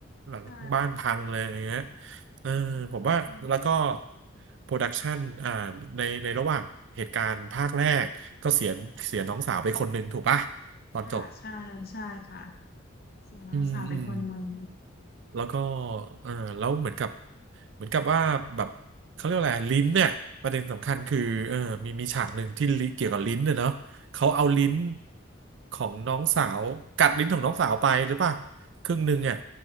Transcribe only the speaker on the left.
ใช่
อืม
ค่ะใช่ใช่ค่ะเสียแล้วสาวเป็นคนมึน
อืม